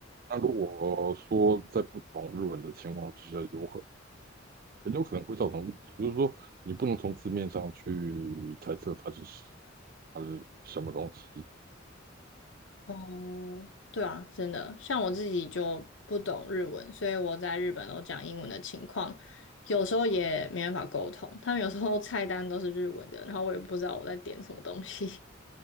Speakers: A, on the right (about 45°); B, on the left (about 70°).
A: 那如果说在不懂日文的情况之下，有很很有可能会造成误解，就是说你不能从字面上去猜测它是它是什么东西。
B: 哦，对啊，真的，像我自己就不懂日文，所以我在日本都讲英文的情况，有时候也没办法沟通。他们有时候菜单都是日文的，然后我也不知道我在点什么东西。